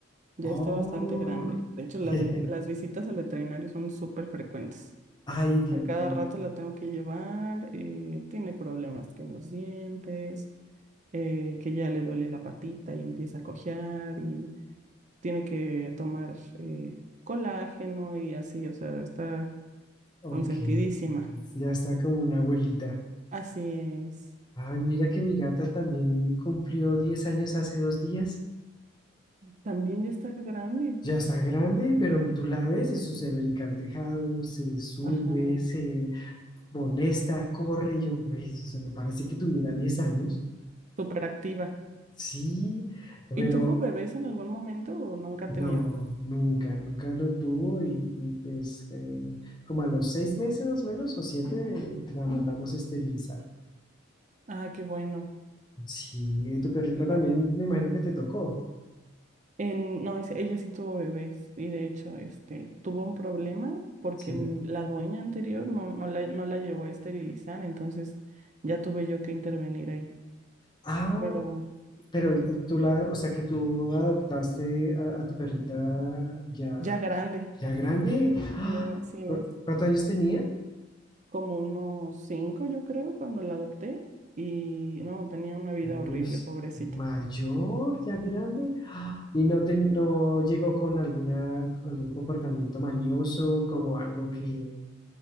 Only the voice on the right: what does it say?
Ya
está bastante grande. De hecho,
las, ve- las visitas al veterinario son súper frecuentes.
A cada
rato la tengo que llevar, eh, tiene problemas que en los dientes, eh, que ya le duele la patita y empieza a cojear y tiene que tomar eh, colágeno y así, o sea, está
consentidísima.
Así es.
También ya está grande.
Ajá,
súper activa.
¿Y tuvo bebés en algún momento o nunca
ha tenido?
Ah, qué bueno.
¿Y por-
En- no, es- ella sí tuvo bebés y de hecho este, tuvo un problema porque
n- la dueña anterior no, no la, no la llevó a esterilizar, entonces ya tuve yo que intervenir ahí.
Pero
ya grande,
sí, sí es.
Como unos cinco, yo creo, cuando la adopté y no, tenía una vida
horrible, pobrecita.